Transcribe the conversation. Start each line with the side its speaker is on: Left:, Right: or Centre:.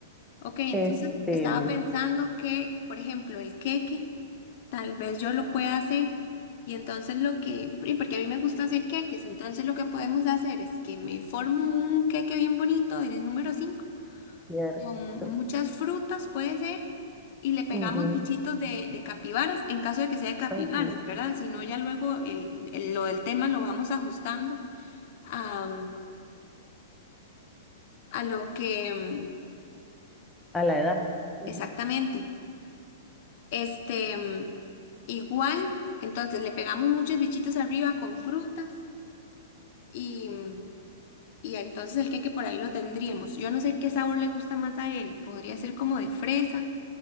Left: Ok, entonces
Centre: Este,
Left: estaba
Centre: mm,
Left: pensando que, por ejemplo, el queque, tal vez yo lo pueda hacer. Y entonces lo que, y porque a mí me gusta hacer queques, entonces lo que podemos hacer es que me formo un queque bien bonito del número 5
Centre: cierto.
Left: con muchas frutas, puede ser, y le pegamos
Centre: ujú,
Left: bichitos de, de capibaras, en caso de que sea de capibaras,
Centre: así,
Left: ¿verdad? Si no, ya luego el- el- lo del tema lo vamos ajustando a, a lo que mm,
Centre: a la edad. Ujú.
Left: exactamente. Este, mm, igual, entonces le pegamos muchos bichitos arriba con frutas y, mm, y entonces el queque por ahí lo tendríamos. Yo no sé qué sabor le gusta más a él. Podría ser como de fresa